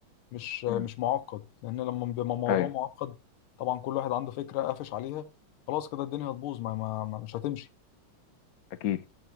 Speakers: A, on the left; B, on the left.
A: مش مش
B: امم
A: معقد لان لما بيبقى موضوع
B: ايوه
A: معقد طبعا كل واحد عنده فكره قافش عليها خلاص كده الدنيا هتبوظ ما, ما, ما مش هتمشي
B: اكيد